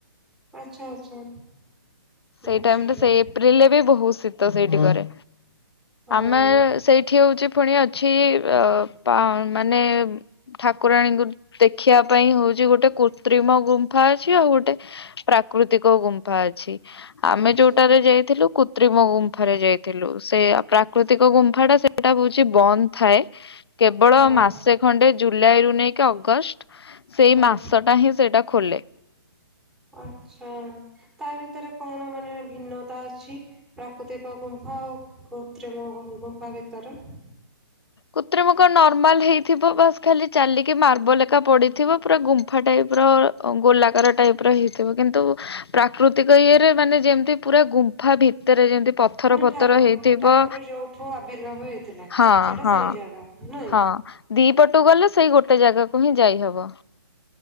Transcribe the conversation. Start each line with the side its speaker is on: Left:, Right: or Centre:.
Centre: ଆଚ୍ଛା ଆଚ୍ଛା
Left: ସେଇ
Centre: ବୁଝିଲି।
Left: ଟାଇମ ରେ ସେଇ ଏପ୍ରିଲରେ ବି ବହୁତ ଶୀତ ସେଇଠ କରେ
Centre: ହଁ
Left: ଆମେ ସେଇଠି ହଉଛି ପୁଣି ଅଛି ଅ ମାନେ ଠାକୁରାଣୀଙ୍କୁ ଦେ ଦେଖିବା ପାଇଁ ହଉଛି ଗୋଟେ କୁତ୍ରିମ ଗୁମ୍ଫା ଅଛି ଆଉ ଗୋଟେ ପ୍ରାକୃତିକ ଗୁମ୍ଫା ଅଛି ଆମେ
Centre: ଆଚ୍ଛା
Left: ଯୋଉଟାରେ ଯାଇଥିଲୁ କୃତ୍ରିମ ଗୁମ୍ଫାରେ ଯାଇଥିଲୁ ସେ ପ୍ରାକୃତିକ ଗୁମ୍ଫାଟା ସେଇଟା ହୋଉଚି ବନ୍ଦ ଥାଏ। କେବଳ
Centre: ହଁ
Left: ମାସେ ଖଣ୍ଡେ ଜୁଲାଇରୁୁ ନେଇକି ଅଗଷ୍ଟ ସେଇ
Centre: ହଁ
Left: ମାସଟା ହିଁ ସେଇଟା ଖୋଲେ।
Centre: ଆଛା ତା ଭିତରେ କଣ ମାନେ ଭିନ୍ନତା ଅଛି? ପ୍ରାକୃତିକ ଗୁମ୍ଫା ଆଉ କୃତ୍ରିମ ଗୁ ଗୁମ୍ଫା ଭିତରେ?
Left: କୁତ୍ରିମ କଣ ନର୍ମାଲ ହେଇଥିବ ବାସ ଖାଲି ଚାଲିକି ମାର୍ବଲ ଏକା ପଡିଥିବ ପୁରା ଗୁମ୍ ସଫା ଟାଇପର ଗୋଲାକାର ଟାଇପର ହେଇଥିବ କିନ୍ତୁ ପ୍ରାକୃତିକ ଇଏରେ ମାନେ ଯେମତି ପୁରା ଗୁମ୍ଫା ଭିତରେ ଯେମତି ପଥର
Centre: ମାନେ
Left: ପଥର
Centre: ଠା
Left: ହେଇଥିବ
Centre: ଠାକୁର ଯୋଉଠୁ ଆବିର୍ଭାବ ହେଇଥିଲେ
Left: ହଁ।
Centre: ସେଟା
Left: ହଁ
Centre: ସେଇ ଜାଗା ନାଇଁ?
Left: ହଁ ଦି ପଟୁ ଗଲେ ସେଇ ଗୋଟେ ଜାଗାକୁ ହିଁ ଯାଇହବ।